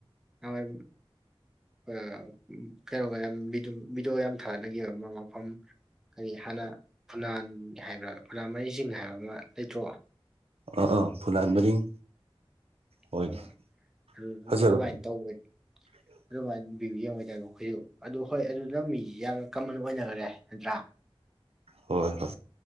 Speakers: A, in the centre; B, on the right.
A: ꯅꯍꯋꯥꯏ ꯑꯥ ꯎꯝ ꯀꯩꯅꯣꯒ ꯌꯥꯝ ꯚꯤꯗꯤ ꯚꯤꯗꯤꯑꯣ ꯌꯥꯝ ꯊꯥꯒꯠꯅꯈꯤꯕ ꯑꯃ ꯃꯐꯝ ꯀꯔꯤ ꯍꯥꯟꯅ ꯐꯨꯅꯥꯟ ꯍꯥꯏꯕ꯭ꯔꯥ ꯐꯨꯅꯥꯟ ꯃꯔꯤꯡꯆꯤꯡ ꯍꯥꯏꯕ ꯑꯃ ꯂꯩꯇ꯭ꯔꯣ
B: ꯑꯥ ꯑꯥ ꯐꯨꯅꯥꯟ ꯃꯔꯤꯡ ꯍꯣꯏꯅꯦ
A: ꯑꯣ ꯑꯗꯨꯗꯗꯤ
B: ꯐꯖꯕ
A: ꯑꯗꯨꯃꯥꯏꯟ ꯇꯧꯕꯅꯤ
B: <inaudible>
A: ꯑꯗꯨꯃꯥꯏꯟ ꯚꯤꯕꯤ ꯌꯦꯡꯕꯩ ꯇꯥꯏꯞꯇ ꯑꯩꯈꯣꯏꯁꯨ ꯑꯗꯨ ꯍꯣꯏ ꯑꯗꯨꯅ ꯃꯤꯁꯤ ꯌꯥꯝꯅ ꯀꯃꯟ ꯑꯣꯏꯅꯈ꯭ꯔꯦ ꯅꯠꯇ꯭ꯔꯥ
B: ꯍꯣꯏ ꯍꯣꯏ